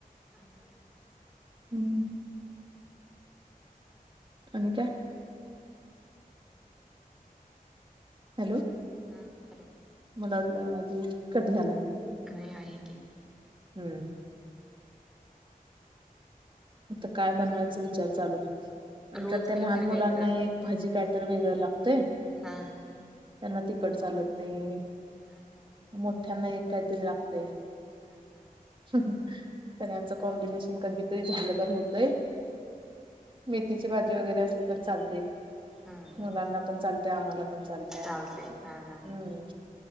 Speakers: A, in the centre; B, on the right.
A: हम्म हम्म
B: हं आणि काय? हॅलो
A: हा हॅलो
B: मला वाटला आवाज <inaudible> कट झाला काय?
A: नाही आहे की.
B: हूं! आता काय बनवायच विचार चालू आहे, नंतर
A: रोज
B: त्या
A: काय
B: लहान
A: तर
B: मुलांना
A: काय तर
B: एक भाजी काय तर वेगळं लागतय.
A: हा!
B: त्यांना तिकट चालत नाही.
A: ह हा!
B: मोठ्यांना एक काय तरी लागतय.
A: हा हा!
B: सगळ्यांच कॉम्बिनेशन कधीतरी झालं तर हो तय मेथीची भाजी वगैरे असेल तर चालतय.
A: हम्म
B: मुलांना पण चालतय आम्हाला पण चालतय
A: चालते हा हा
B: हूं!